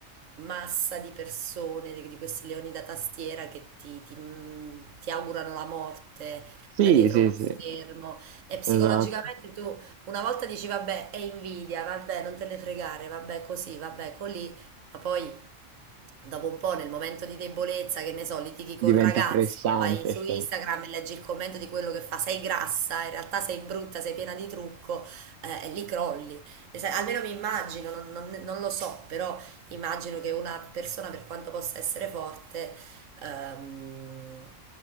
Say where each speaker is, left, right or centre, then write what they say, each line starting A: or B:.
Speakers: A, on the right; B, on the right.
A: massa di persone, di, di questi leoni da tastiera che ti, ti, mh, ti augurano la morte
B: Sì,
A: da dietro
B: sì,
A: uno
B: sì,
A: schermo e psicologicamente
B: esatto,
A: tu una volta dici vabbè è invidia, vabbè non te ne fregare, vabbè così, vabbè colì, ma poi Dopo un po', nel momento di debolezza, che ne so, litighi
B: diventa
A: col ragazzo,
B: pressante,
A: vai su
B: certo.
A: Instagram e leggi il commento di quello che fa, sei grassa, in realtà sei brutta, sei piena di trucco, eh, e lì crolli. E sai, Almeno mi immagino, non, non- non lo so, però immagino che una persona, per quanto possa essere forte, ehm,